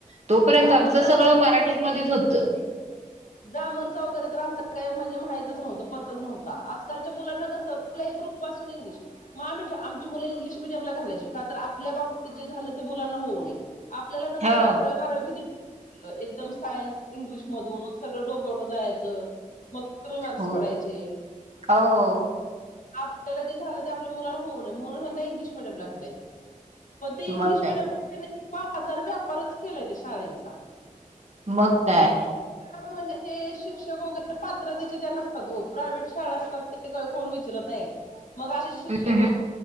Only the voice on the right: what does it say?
तोपर्यंत
आमचं सगळं
मराठीमध्येच
होतं...
हो
हो
हो
मग काय
मग काय?
हम्म